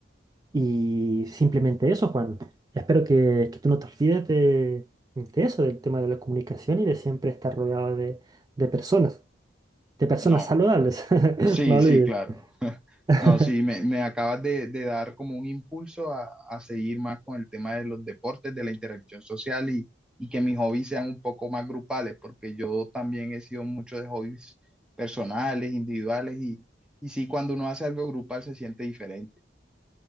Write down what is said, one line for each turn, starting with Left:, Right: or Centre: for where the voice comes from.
Right: Y simplemente eso, Juan. Espero que, que tú no te olvides de, de eso, del tema de la comunicación y de siempre estar rodeado de, de personas, de personas
Centre: No.
Right: saludables. <laughs>
Centre: Sí,
Right: No olvides.
Centre: sí, claro.
Right: <laughs>
Centre: No, sí, me, me acabas de, de dar como un impulso a, a seguir más con el tema de los deportes, de la interacción social y, y que mis hobbies sean un poco más grupales, porque yo también he sido mucho de hobbies personales, individuales y, y sí, cuando uno hace algo grupal se siente diferente.